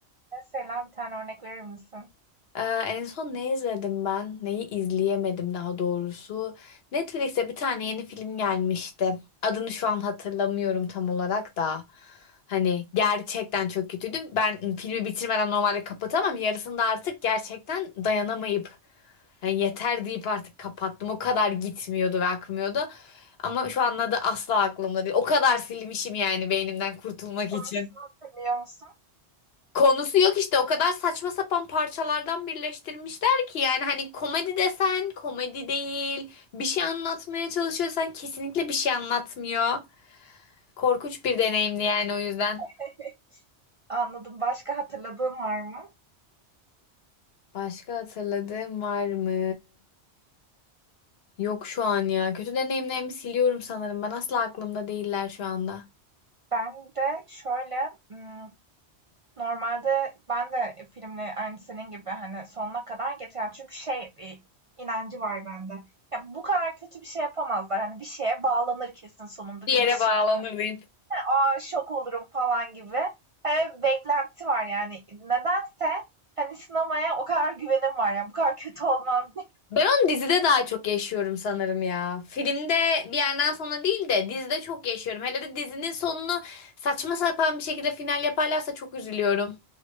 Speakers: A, on the right; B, on the left.
A: mesela bir tane örnek verir misin?
B: Ee, en son ne izledim ben? Neyi izleyemedim daha doğrusu. Netflix'te bir tane yeni film gelmişti. Adını şu an hatırlamıyorum tam olarak da. Hani gerçekten çok kötüydü. Ben filmi bitirmeden normalde kapatamam. Yarısında artık gerçekten dayanamayıp yani yeter deyip artık kapattım. O kadar gitmiyordu ve akmıyordu. Ama şu an adı asla aklımda değil. O kadar silmişim yani beynimden kurtulmak
A: Konusunu
B: için.
A: hatırlıyor musun?
B: Konusu yok işte o kadar saçma sapan parçalardan birleştirmişler ki yani hani komedi desen komedi değil bir şey anlatmaya çalışıyorsan kesinlikle bir şey anlatmıyor. Korkunç bir deneyimdi yani o yüzden.
A: <laughs> Anladım. Başka hatırladığın var mı?
B: Başka hatırladığım var mı? Yok şu an ya. Kötü deneyimlerimi siliyorum sanırım. Ben asla aklımda değiller şu anda.
A: Ben de şöyle, ım, Normalde ben de filmle aynı senin gibi, hani, sonuna kadar getiren çünkü şey, iii, inancı var bende. Ya, bu kadar kötü bir şey yapamazlar. Hani, bir şeye bağlanır kesin sonunda
B: Bir
A: bir
B: yere
A: bir sürpriz
B: bağlanır diyeyim.
A: <laughs> Aa şok olurum." falan gibi. Eee, beklenti var, yani. Nedense, hani, sinemaya o kadar güvenim var. Ya, bu kadar kötü olmaz
B: Ben onu dizide daha çok yaşıyorum sanırım ya. Filmde bir yerden sonra değil de dizide çok yaşıyorum. Hele de dizinin sonunu saçma sapan bir şekilde final yaparlarsa çok üzülüyorum.